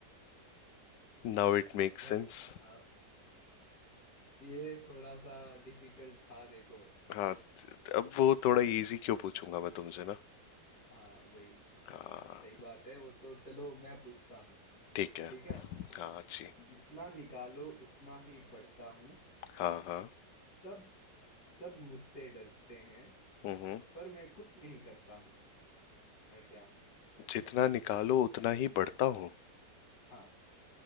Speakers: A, on the left; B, on the left.
A: Now it make
B: भाई
A: sense
B: साहब ये थोड़ा सा डिफिकल्ट था देखो
A: हाँ अब वो थोड़ा इजी क्यों पूछूंगा मैं तुमसे ना
B: हाँ वही
A: हाँ
B: सही बात है वो तो चलो मैं पूछता हूँ
A: ठीक है
B: ठीक है
A: हाँ अच्छी
B: जितना निकालो उतना ही बढ़ता हूँ
A: हाँ हाँ
B: सब सब मुझसे डरते हैं
A: हम्म हम्म।
B: पर मैं कुछ नहीं करता हूँ मैं क्या हूँ
A: जितना निकालो उतना ही बढ़ता हूँ
B: हाँ